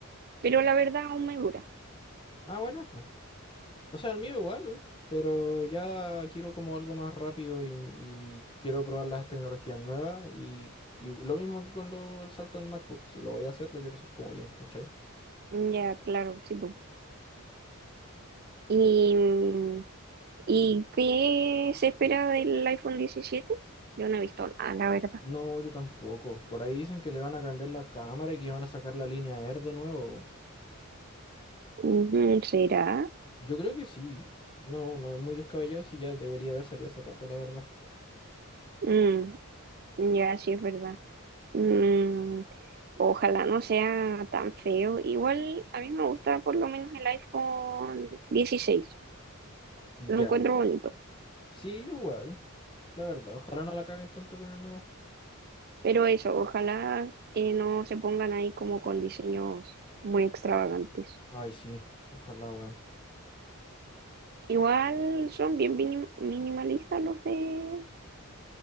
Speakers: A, on the right (about 45°); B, on the left (about 25°).
A: pero la verdad aún me dura.
B: Ah, bueno, pues. O sea, el mío igual, pero ya quiero como algo más rápido y, y quiero probar las tecnologías nuevas y, y lo mismo que con lo, el salto del MacBook, si lo voy a hacer, lo quiero hacer como bien, ¿cachai?
A: Ya, claro, sí, po. ¿Y, mm, y qué se espera del iPhone diecisiete Yo no he visto nada, la verdad.
B: No, yo tampoco. Por ahí dicen que le van a cambiar la cámara y que van a sacar la línea Air de nuevo, güey.
A: Ujú, ¿Será?
B: Yo creo que sí. No, no es muy descabellado si ya debería haber salido hace rato, la verdad.
A: Mm, ya, sí es verdad. Mm, ojalá no sea tan feo. Igual a mí me gusta por lo menos el iPhone dieciséis Lo
B: Ya.
A: encuentro bonito.
B: Sí, yo igual. La verdad, ojalá no la caguen tanto con el nuevo.
A: Pero eso, ojalá eh, no se pongan ahí como con diseños muy extravagantes.
B: Ay, sí, ojalá, weón.
A: Igual son bien minim- minimalistas los de